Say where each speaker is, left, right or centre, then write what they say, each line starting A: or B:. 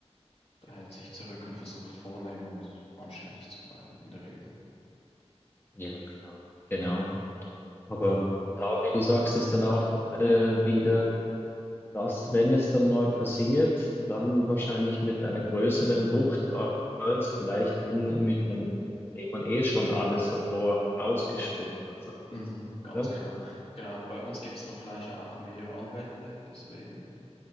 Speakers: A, on the left; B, on the left.
A: Der
B: Ja,
A: hält sich zurück und versucht vornehm und anständig zu bleiben, in der Regel.
B: Ja, klar. Genau. Aber da, wie du sagst, ist dann auch äh, wieder das, wenn es dann mal passiert, dann wahrscheinlich mit einer größeren Wucht a- als vielleicht
A: Mhm.
B: in Mittelmeer, in dem man eh schon alles davor ausgespuckt hat, sagen
A: Mhm, ganz
B: wir mal
A: genau. Genau, bei uns gibt es dann vielleicht auch mehr Anwälte deswegen